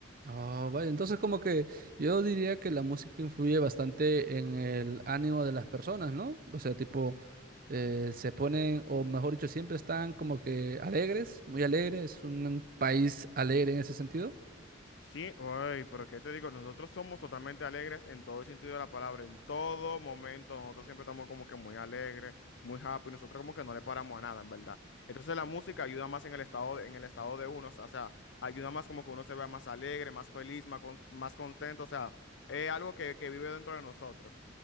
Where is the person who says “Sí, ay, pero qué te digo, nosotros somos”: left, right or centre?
Left